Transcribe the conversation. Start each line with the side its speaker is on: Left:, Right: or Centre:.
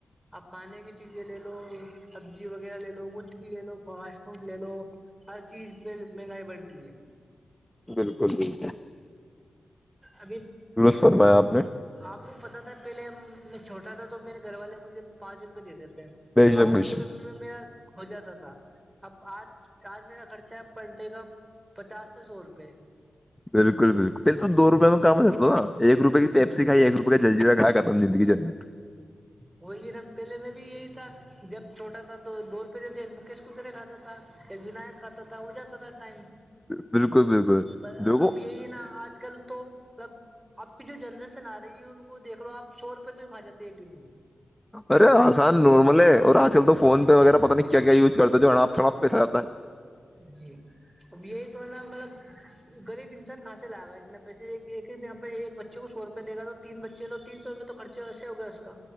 Right: آپ کھانے کی چیزیں لے لو سبزی وغیرہ لے لو کچھ بھی لے لو فاسٹ فوڈ لے لو ہر چیز پہ مہنگائی بڑھ رہی ہے
Centre: بالکل بالکل
Right: ابھی
Centre: درست فرمایا آپ نے
Right: آپ کو پتا تھا پہلے ہم میں چھوٹا تھا تو میرے گھر والے مجھے پانچ روپئے دے دیتےے
Centre: بے
Right: پانچ
Centre: شک بے
Right: روپئے
Centre: شک
Right: میں میرا ہو جاتا تھا اب آج آج میرا خرچہ ہے پر ڈے کا پچاس سے سو روپے
Centre: بالکل بالکل تول تو دو روپے میں کام ہی کرتا ایک روپئے
Right: جی
Centre: کی پیپسی
Right: جی
Centre: کھائی ایک روپئے کا جل جییرا کھا ختم زندگی جنجت
Right: وہی نا پہلے میں بھی یہی تھا جب چھوٹا تھا تو دو روپئے جو تھے مکیش کوکرے کھاتا تھا ایک ونایک خاتا تھا اجہ تو ہوتا ٹائم
Centre: بالکل بالکل
Right: پر
Centre: دیکھو
Right: اب یہی نا آج کل تو ملب آپ کی جو جنریشن آ رہی ہے ان کو دیکھ لو آپ سو روپے تو ہی کھا جے ایک دن میں
Centre: ارے آسان نارمل ہے اور آج کل تو فون پہ وغیرہ پتا نہیں کیا یوز کرتا ہے جو ہڑپ سڑاپ پیسہ آتا ہے
Right: جی اب یہی تو ہے نا مطلب غریب انسان کھا سے لائے گا اتنے پیسے ایک ہی ایک بچے کو سو روپئے دے گا تو تین بچے تو تین سو روپئے تو خرچے ویسے ہو گیا اس کا